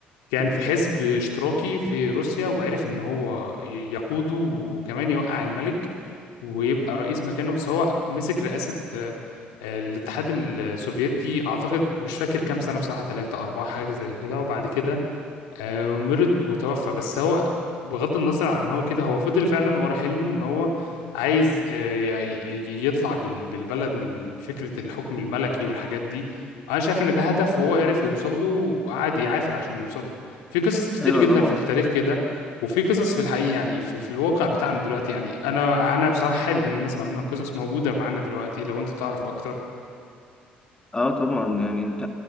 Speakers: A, on the left (about 65°); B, on the left (about 15°).
A: كان في حزب اشتراكي في روسيا وعرف ان هو ي- يقوده وكمان يوقع الملك ويبقى رئيس مكانه بس هو مسك رئاسة آه، آه، الاتحاد السوفيتي اعتقد مش فاكر كام سنة بصراحة ثلاثة أربعة حاجة زي كده وبعد كده آه، مرض وتوفى بس هو بغض النظر عن ان هو كده هو فضل فعلا ورا حلمه ان هو عايز آه، ي- ي- يطلع بال- بالبلد من فكرة الحكم الملكي والحاجات دي انا شايف ان ده هدف وهو عرف يوصل له وقعد يعافر عشان يوصل له في قصص كتير
B: ايوه
A: جدا
B: طبعا
A: في التاريخ كده وفي قصص في الحقيقة يعني في, في الواقع بتاعنا دلوقتي يعني انا انا بصراحة حابب ان الناس اسمع منها قصص موجودة معانا دلوقتي لو انت تعرف اكتر
B: اه طبعا يعني انت